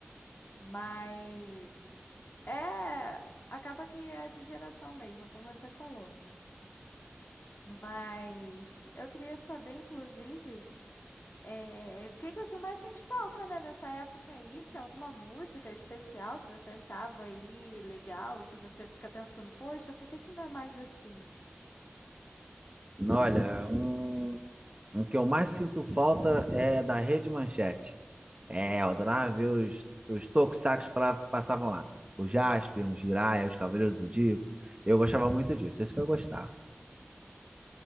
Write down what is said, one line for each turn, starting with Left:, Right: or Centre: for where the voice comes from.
Left: Mas é. Acaba que é de geração mesmo, é como você falou. Mas eu queria saber, inclusive. É, o que que você mais sente falta, né, dessa época aí? Tinha alguma música especial que você achava aí legal, que você fica pensando, poxa, por que que não é mais assim?
Right: Olha, um, um que eu mais sinto falta é da Rede Manchete. É, eu adorava ver os, os tokusakus pra, passavam lá. O Jaspion, o Jiraiya, os Cavaleiros do Zodíaco. Eu gostava muito disso, isso que eu gostava.